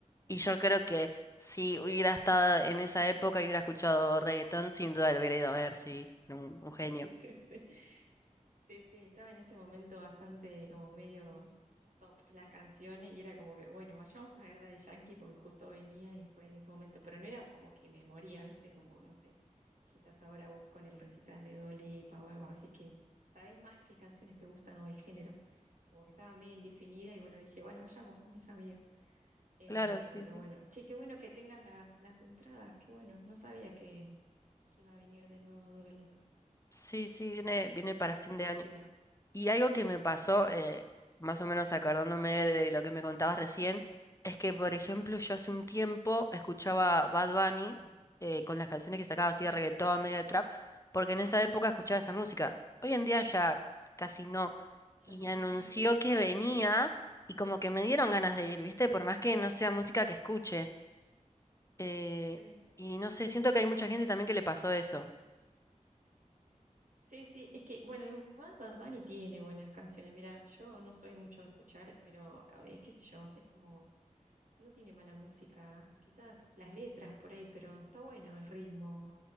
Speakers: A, on the left; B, on the right.
A: Y yo creo que si hubiera estado en esa época y hubiera escuchado reggaetón, sin duda lo hubiera ido a ver, sí. Un,
B: <laughs>
A: un genio.
B: sí, sí. Sí, sí, estaba en ese momento bastante como medio top las canciones y era como que, bueno, vayamos a ver Daddy Yankee porque justo venía y fue en ese momento, pero no era como que me moría, ¿viste? Como, no sé, quizás ahora vos con el recital de Dolipa o algo así que sabés más qué canciones te gustan o el género. Como que estaba medio indefinida y bueno, dije, bueno, vayamos con mis amigas. Eh,
A: Claro, sí,
B: pero
A: sí.
B: bueno, che, qué bueno que tengas las, las entradas, qué bueno, no sabía que, que iba a venir de nuevo Dua Lipa,
A: Sí, sí, viene,
B: eh,
A: viene para
B: otra
A: fin
B: vez a Argentina.
A: de año. Y algo que me pasó, eh, más o menos acordándome de lo que me contabas recién, es que, por ejemplo, yo hace un tiempo escuchaba Bad Bunny
B: Sí,
A: eh, con las canciones que sacaba
B: ajá,
A: así de reggaetón, medio de trap, porque en esa época escuchaba esa música. Hoy en día ya casi no. Y
B: ya no.
A: anunció
B: <laughs>
A: que venía y como que me dieron ganas de ir, ¿viste? Por más que no sea música que escuche. Eh,
B: Sí.
A: y no sé, siento que hay mucha gente también que le pasó eso.
B: Sí, sí, es que, bueno, igual Bad Bunny tiene buenas canciones. Mira, yo no soy mucho de escuchar, pero eh, qué sé yo, es como, no tiene mala música, quizás las letras por ahí, pero está bueno el ritmo